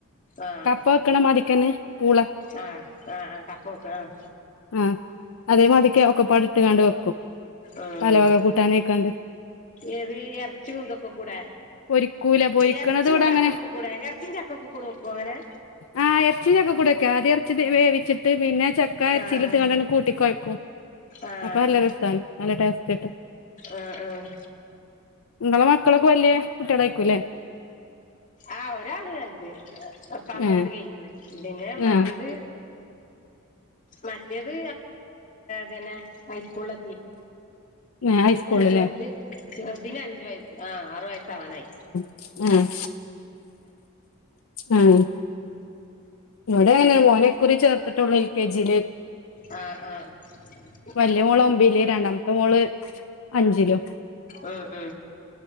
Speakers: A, on the left (about 40°); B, on the left (about 70°).
A: ആഹ്
B: കപ്പ വെക്കണ മതിക്കന്നെ പൂള
A: ആഹ് ആഹ് ആഹ് കപ്പ വെക്കും ആഹ്
B: ആ അതേമാതിക്ക് ഒക്കെപ്പാട് ഇട്ട്ുകാണ്ട് വെക്കും
A: ആഹ്
B: പല വക കൂട്ടാനെ ഇക്കണ്ട്
A: ഏത് ഇറച്ചിയുംതൊക്കെ കൂടെ
B: പൊരിക്കൂല പൊരിക്കണത്
A: ഇറച്ചിയും
B: ഇവിടെ
A: ചാക്കൊക്കെ
B: അങ്ങനെ
A: കൂടെ ചാക്കക്ക കുടക്കങ്ങനെ
B: ആ് ഇച്ച ചക്ക കുടക്കാ അത് ഇറച്ചി വേവിച്ചിട്ട് പിന്നെ ച ക അരിച്ചിലിട്ടണ്ട
A: ആഹ്
B: കൂട്ടി കൊയ്ക്കും
A: ആഹ്
B: അപ്പൊ അല്ല നല്ല ടേസ്റ്റ്ട്ട്
A: ആഹ് ആഹ്
B: നിങ്ങളെ മക്കളൊക്കെ വലിയ കുട്ടികളട ആയിക്കും അല്ലേ
A: ആ ഒരാള് കത് പന്ത്രണ്ട്
B: ഏ
A: കഴിഞ്ഞു പിന്നെ മറ്റേത്
B: ആ
A: മറ്റേത് ന്നെ ഹൈസ്കൂളൊ
B: ആ ഹൈസ്കൂളില്ലേ
A: ചെറുത് ചെറുതിന് അഞ്ച വയസ്സ് ആ ആറു വയസ്സ ആവാനായി
B: ആഹ ഉം നടനെ മോനെക്കുറി ചേർത്തിട്ടുള്ളൂൽ കെ ജിയിലേ
A: ആഹ ആ <inaudible>
B: വലിയ മോള ഒമ്പില രണ്ടാമത്തെ മോള് അഞ്ചിലോ
A: ഉ ഉ